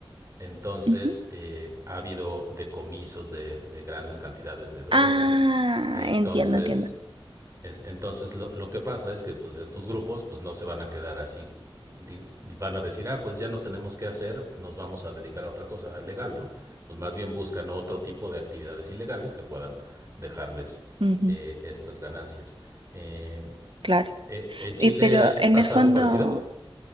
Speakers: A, on the right; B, on the right.
A: Entonces,
B: Ujú.
A: eh, ha habido decomisos de, de grandes cantidades de droga.
B: Ah,
A: Entonces,
B: entiendo, entiendo.
A: es- entonces lo, lo que pasa es que pues, estos grupos pues, no se van a quedar así. Di- van a decir, ah, pues ya no tenemos qué hacer, nos vamos a dedicar a otra cosa legal, ¿no? Pues más bien buscan otro tipo de actividades ilegales que puedan dejarles
B: Ujú.
A: eh, estas ganancias. Eh,
B: Claro.
A: eh, ¿En Chile
B: Y- pero
A: ahí pasa
B: en el fondo
A: algo parecido?